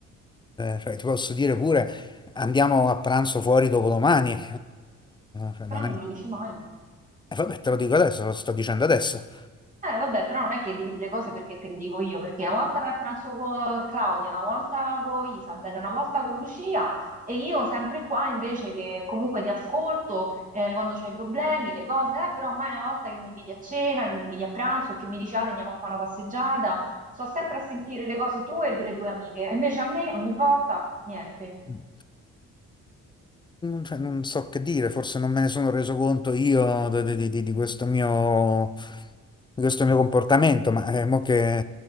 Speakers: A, on the left (about 15°); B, on the right (about 25°).
A: cioè, ti posso dire pure andiamo a pranzo fuori dopodomani, eh, cioè, non
B: Però non
A: è... eh,
B: me lo dici mai.
A: vabbè, te lo dico adesso, lo sto dicendo adesso.
B: Eh, vabbè, però non è che dividi le cose perché te le dico io, perché una volta vai a pranzo con eh, Claudia, una volta con Isabella, una volta con Lucia e io sempre qua invece che comunque ti ascolto eh, quando c'hai problemi, le cose, eh, però mai una volta che mi inviti a cena, che mi inviti a pranzo, che mi dici Ale, andiamo a fare una passeggiata, sto sempre a sentire le cose tue e delle tue amiche, invece a me ogni volta niente.
A: Ehm, cioè, non so che dire, forse non me ne sono reso conto io di, di- di- di questo mio, di questo mio comportamento, ma eh, mo che